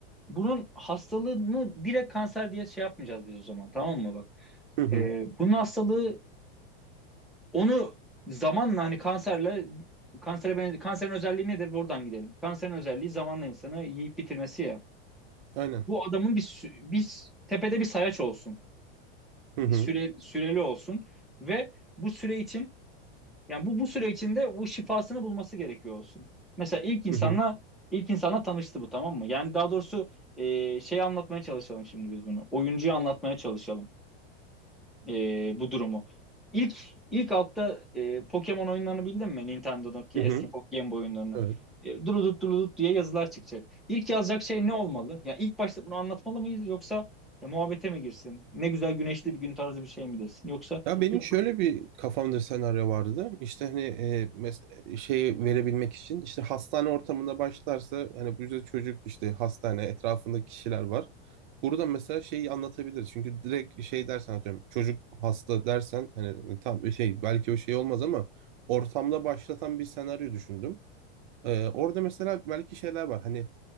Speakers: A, in the centre; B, on the right (about 50°).
A: bunun hastalığını direkt kanser diye şey yapmayacağız biz o zaman tamam mı bak.
B: Hı hı.
A: Ee, bunun hastalığı onu zamanla hani kanserle kansere benze- kanserin özelliği nedir? Buradan gidelim. Kanserin özelliği zamanla insanı yiyip bitirmesi ya.
B: Aynen.
A: Bu adamın bir sü- bir s- tepede bir sayaç olsun.
B: Hı hı.
A: Bir süre süreli olsun ve bu süre için Yani bu bu süre içinde bu şifasını bulması gerekiyor olsun. Mesela ilk insanla
B: Hı hı.
A: ilk insanla tanıştı bu tamam mı? Yani daha doğrusu e, şey anlatmaya çalışalım şimdi biz bunu. Oyuncuya anlatmaya çalışalım e, bu durumu. İlk ilk altta e, Pokemon oyunlarını bildin mi? Nintendo'daki
B: Hı
A: eski
B: hı.
A: Po- Game Boy oyunlarını.
B: Evet.
A: E, durudut durudut diye yazılar çıkacak. İlk yazacak şey ne olmalı? Yani ilk başta bunu anlatmalı mıyız yoksa e, muhabbete mi girsin? Ne güzel güneşli bir gün tarzı bir şey mi desin? Yoksa
B: Ya benim
A: ilk...
B: şöyle bir kafamda senaryo vardı. İşte hani e, mes- şey verebilmek için işte hastane ortamında başlarsa hani bu yüzden çocuk işte hastane etrafında kişiler var. Burada mesela şeyi anlatabiliriz. Çünkü direkt şey dersen atıyorum çocuk hasta dersen hani e, tam e, şey belki o şey olmaz ama ortamda başlatan bir senaryo düşündüm. Ee, orada mesela belki şeyler var. Hani